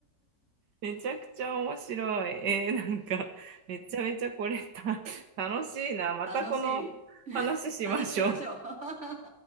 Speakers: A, on the right; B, on the right.
A: めちゃくちゃ面白い。えー、なんか、めちゃめちゃこれた、楽しいな。
B: <laughs>
A: またこの
B: 楽しい。<laughs>
A: 話しましょう。
B: 話しましょう。<laughs>